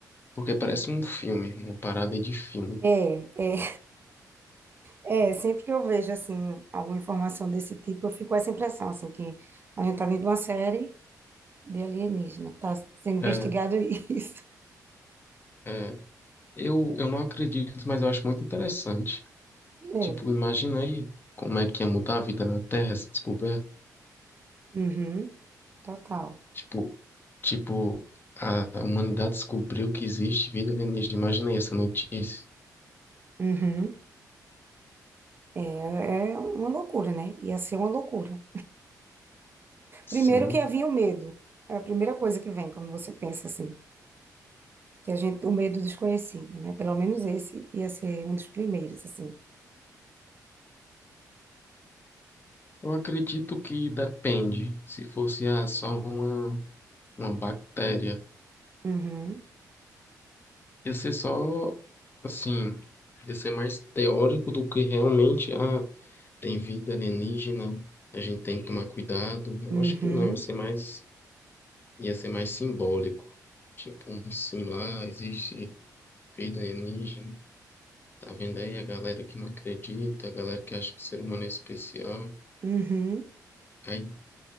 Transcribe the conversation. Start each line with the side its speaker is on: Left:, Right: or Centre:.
Left: porque parece um filme, uma parada aí de filme.
Right: É, é, é, sempre que eu vejo, assim, alguma informação desse tipo, eu fico com essa impressão, assim, que a gente tá dentro de uma série de alienígena, tá sendo
Left: É,
Right: investigado <laughs> isso.
Left: é. Eu, eu não acredito, mas eu acho muito interessante.
Right: É,
Left: Tipo, imagina aí como é que ia mudar a vida na Terra, essa descoberta.
Right: uhum, total.
Left: Tipo, tipo, a humanidade descobriu que existe vida alienígena. Imagina aí essa notícia.
Right: Uhum. É é uma loucura, né? Ia ser uma loucura.
Left: Sim.
Right: Primeiro que havia o medo. É a primeira coisa que vem quando você pensa assim, que a gente, o medo desconhecido, né? Pelo menos esse ia ser um dos primeiros, assim.
Left: Eu acredito que depende. Se fosse ah, só uma, uma bactéria.
Right: Uhum,
Left: ia ser só, assim, ia ser mais teórico do que realmente, ah, tem vida alienígena, a gente tem que tomar cuidado. Eu
Right: uhum,
Left: acho que não, ia ser mais, ia ser mais simbólico. Tipo, um sim lá, existe vida alienígena. Tá vendo aí a galera que não acredita, a galera que acha que o ser humano é especial.
Right: uhum,
Left: Aí,